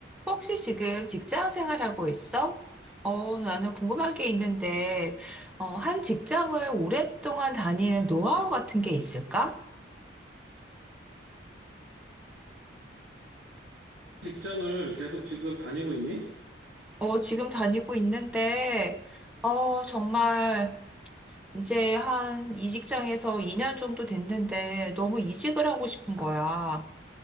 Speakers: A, in the centre; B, on the right (about 80°).
A: 혹시 지금 직장 생활하고 있어? 어, 나는 궁금한 게 있는데, 어, 한 직장을 오랫동안 다니는 노하우 같은 게 있을까?
B: 직장을 계속 지금 다니고 있니?
A: 어, 지금 다니고 있는데, 어, 정말 이제 한 이 직장에서 2년 정도 됐는데 너무 이직을 하고 싶은 거야.